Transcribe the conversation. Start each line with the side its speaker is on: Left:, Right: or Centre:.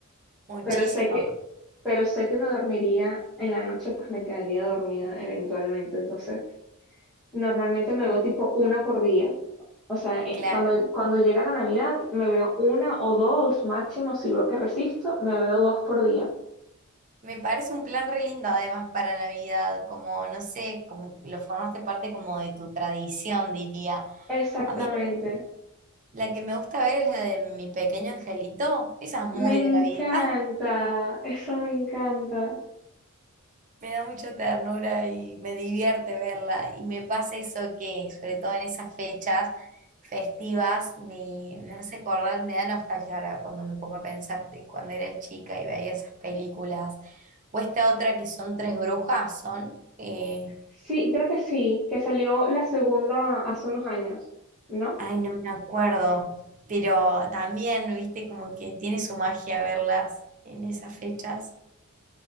Right: muchísimo,
Centre: pero sé que, pero sé que me dormiría en la noche, pues me quedaría dormida eventualmente, entonces normalmente me veo tipo una por día, o sea, eh,
Right: claro.
Centre: cuando, cuando llega la Navidad me veo una o dos máximo, si veo que resisto, me veo dos por día.
Right: Me parece un plan re lindo además para Navidad, como no sé, como lo formaste parte como de tu tradición, diría.
Centre: Exactamente.
Right: A mí la que, la que me gusta ver es la de mi pequeño angelito, esa es muy
Centre: Me encanta,
Right: de Navidad. <laughs>
Centre: eso me encanta.
Right: Me da mucha ternura y me divierte verla. Y me pasa eso que, sobre todo en esas fechas festivas, me, me hace acordar, me da nostalgia ahora cuando me pongo a pensar de cuando era chica y veía esas películas. O esta otra que son tres brujas, son... eh,
Centre: Sí, creo que sí, que salió la segunda hace unos años, ¿no?
Right: Ay, no me acuerdo, pero también, viste, como que tiene su magia verlas en esas fechas.